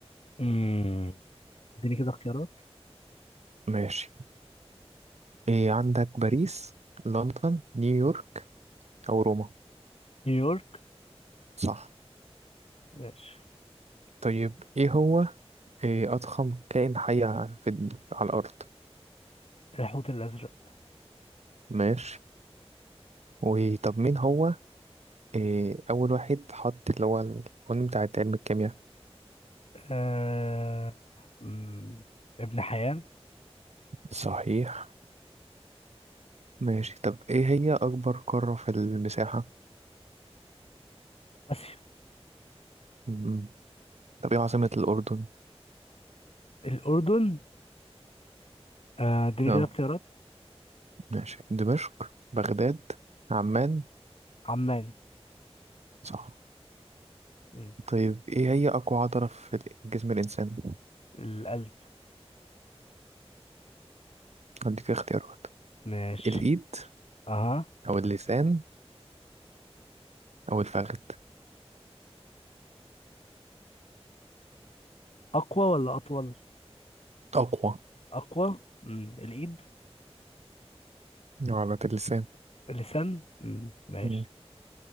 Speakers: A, on the left; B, on the right.
A: امم اديني كده اختيارات
B: ماشي إيه عندك باريس لندن نيويورك أو روما
A: نيويورك
B: صح
A: ماشي
B: طيب إيه هو إيه أضخم كائن حي ع- في الد- على الأرض
A: الحوت الازرق
B: ماشي وطب مين هو إيه أول واحد حط اللي هو القانون بتاع علم الكيمياء
A: آه... مم، ابن حيان
B: صحيح ماشي طب إيه هي أكبر قارة في المساحة
A: اسيا
B: مم. طب إيه عاصمة الأردن
A: الاردن آه، اديني
B: أه
A: كده اختيارات
B: ماشي دمشق بغداد عمان
A: عمان
B: صح
A: مم،
B: طيب إيه هي أقوى عضلة في جسم الإنسان
A: القلب
B: هديك اختيارات
A: ماشي
B: الإيد
A: اها
B: أو اللسان أو الفخذ
A: اقوى ولا اطول
B: أقوى
A: اقوى مم. الايد
B: عضلة اللسان
A: اللسان مم. ماشي
B: مم.